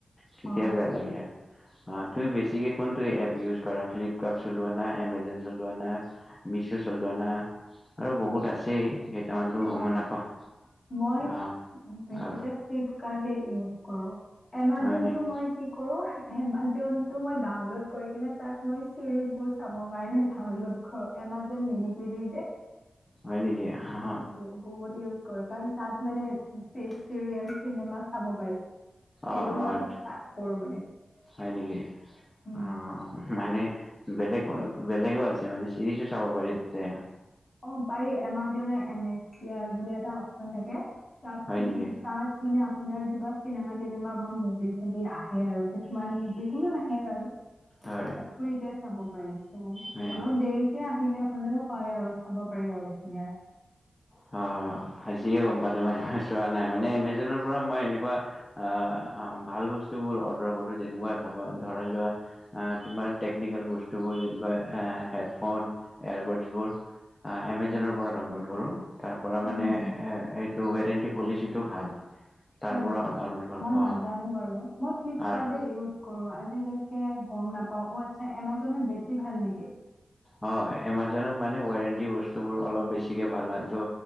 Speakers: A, on the left (about 20°); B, on the left (about 40°).
A: তেতিয়া
B: অ',
A: বেয়া লাগে, অ তুমি বেছিকে কোনটো এপ ইউজ কৰা? ফ্লিপকাৰ্ট চলোৱা না এমেজন চলোৱা না মিছো চলোৱা না আৰু বহুত আছেই কেইটামানতো
B: অ'।
A: গম নাপাওঁ,
B: মই
A: অ
B: বেছিকে
A: অ।
B: ফ্লিপকাৰ্টে ইউজ কৰো। এমাজনটো
A: হয় নেকি
B: মই কি কৰোঁ? এমাজনটো মই ডাউনলড কৰি কেনে তাত মই ছিৰিজবোৰ চাব কাৰণে ডাউনলোড কৰো, এমাজন মিনি টিভি যে।
A: হয় নেকি হ হ।
B: উ বহুত ইউজ কৰো কাৰণ তাত মানে চি চিৰিয়েল, চিনেমা চাব পাৰি। সেইটো
A: অ
B: মই
A: অত,
B: তাত কৰোঁ মানে।
A: হয় নেকি?
B: উম।
A: অ মানে বেলেগ হল বেলেগো আছে মানে চিৰিজো চাব পাৰি তোতে।
B: অ পাৰি, এমাজনৰ এমেছ <unintelligible> বুলি এটা অপচন থাকে তাত
A: হয়
B: তুম
A: নেকি
B: তাত মানে আপোনাৰ কিবা চিনেমা - তিনেমা বা মুভি - চুভি আহে আৰু কিছুমান যিকোনো না সেই বাৰু,
A: হয়
B: আ ফ্ৰীতে চাব পাৰি ত
A: হয়।
B: অলপ দেৰি তিয়া আহিলে হ'লেও হয় আৰু চাব পাৰি আৰু ধুনীয়াকে।
A: হ, আজিয়ে গম পালো মই, মই চোৱা নাই মানে এমেজনৰ পৰা মই এনেকুৱা আহ আ ভাল বস্তুবোৰ অৰ্ডাৰ কৰো যেনেকুৱা ভাবা ধৰাই লোৱা আ তোমাৰ টেকনিকেল বস্তুবোৰ যেনেকুৱা এ হেডফোন, এয়াৰবডছবোৰ। আ এমেজনৰ পৰা ডাউনলোড কৰোঁ। তাৰ পৰা
B: হয়
A: মানে
B: নেকি?
A: এ এইটো ৱেৰেণ্টি পলিচিটো ভাল। তাৰ
B: হয়
A: পৰা
B: নেকি?
A: ডাউনলোড কৰ
B: মই
A: অ
B: নাজানো বাৰু, মই ফ্লিপকাৰ্টে
A: আৰু
B: ইউজ কৰো আজিলৈকে গম নাপাও, অ আচ্ছা এমাজনত বেছি ভাল নেকি?
A: হয়, এমাজনত মানে ৱাৰেণ্টি বস্তুবোৰ অলপ বেছিকে ভাল হয় ত